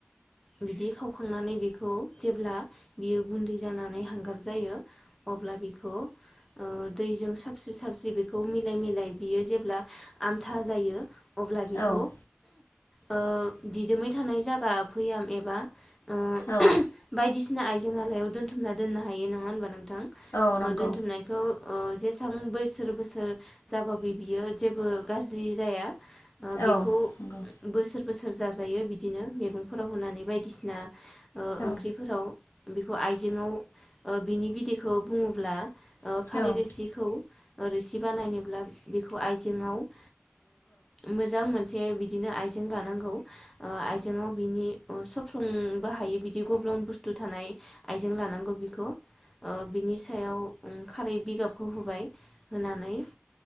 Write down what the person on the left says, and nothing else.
औ
औ
औ नंगौ
औ नंगौ
औ
औ-औ-औ-औ-औ-औ-औ-औ-औ-औ-औ-औ